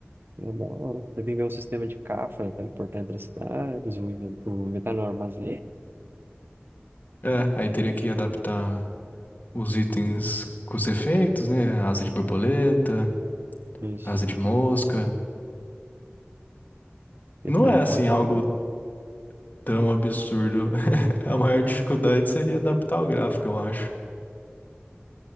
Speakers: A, on the right (about 60°); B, on the left (about 40°).
A: É da hora. Você tem que ver o sistema de cafra, teleportar entre as cidades, o inven- o inventário no armazém.
B: É, aí teria que adaptar os itens com os efeitos, né? Asa de borboleta,
A: Isso.
B: asa de mosca.
A: Ele
B: Não
A: teleporta
B: é assim algo
A: direto.
B: tão absurdo. <laughs> A maior dificuldade seria adaptar o gráfico, eu acho.